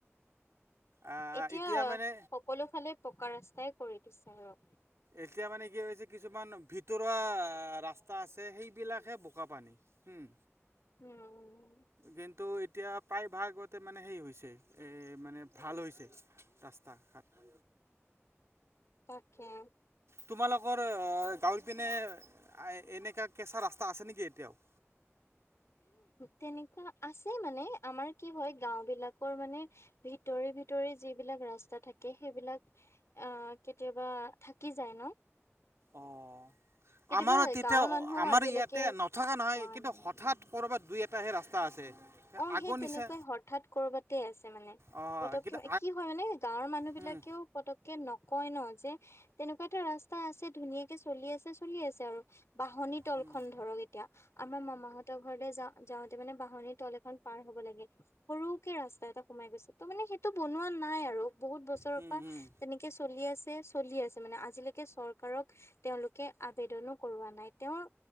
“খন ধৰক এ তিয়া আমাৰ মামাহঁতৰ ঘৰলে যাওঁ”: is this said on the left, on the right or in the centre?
Left